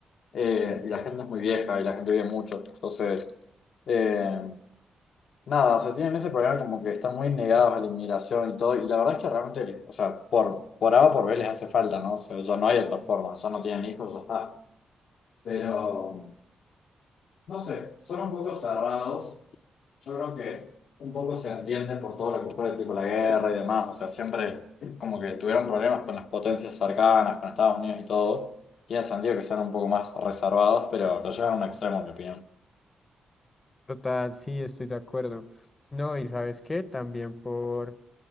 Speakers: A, on the left; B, on the left.
A: Eh, y la gente es muy vieja y la gente vive mucho. Entonces... eh, Nada, o sea, tienen ese problema como que están muy negados a la inmigración y todo, y la verdad es que realmente, o sea, por, por A o por B les hace falta, ¿no? O sea, ya no hay otra forma, ya no tienen hijos, ya está. Pero, no sé, son un poco cerrados, yo creo que un poco se entiende por todo lo que fue, tipo la guerra y demás, o sea, siempre como que tuvieron problemas con las potencias cercanas, con Estados Unidos y todo, tiene sentido que sean un poco más reservados, pero lo llevan a un extremo, en mi opinión.
B: Total, sí, estoy de acuerdo. No, y sabes qué, también por,